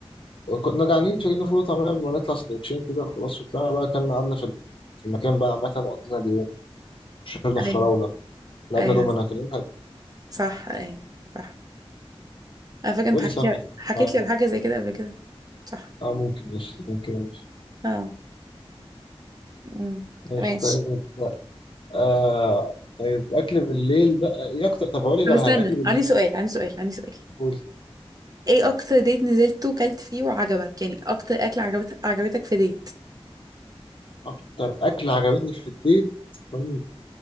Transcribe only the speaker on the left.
وكنا جعانين فجبنا فول وطعميه قبل ما نطلع سندوتشين كده خلاص وطلعنا بقى اكلنا قعدنا في ال- في المكان بقى عامه وقضينا اليوم شربنا
فراوله لعبنا
دومنا كان يوم حلو
ايه اللي
صح
تبقى
معانا
اه ممكن ماشي ممكن ماشي
ماشي،
طيب لا. آه طيب اكل بالليل بقى ايه اكتر طب اقول لك
على
حاجه اكل بالليل
قول
اكتر اكل عجبتني في البيت أمم،